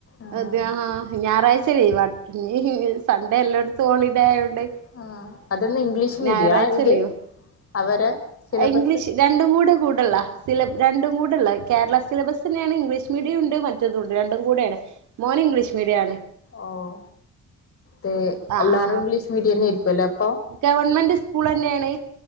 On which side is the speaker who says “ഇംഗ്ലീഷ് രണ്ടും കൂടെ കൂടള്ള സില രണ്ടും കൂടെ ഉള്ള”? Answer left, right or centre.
Right